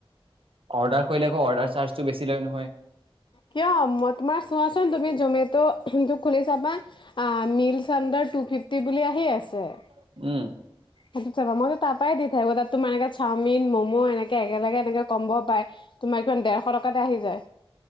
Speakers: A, on the right; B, on the left.
A: অৰ্ডাৰ কৰিলে আকৌ অৰ্ডাৰ চাৰ্জটো বেছি লৈ নহয়।
B: কিয় মই তোমাৰ চোৱাচোন তুমি জমে খুলি চাবা আ মিদচানডাৰ টুফিফটি বুলি আহি আছে।
A: উম
B: সেইটো চাবা ময়ো তাপাই দি থাকো তাত তোমাৰ চাওমিন মম এনেকে একেলগে এনেকে কমব পাৰে তোমাৰ কিমান দেৰশ টকাতে আহি যায়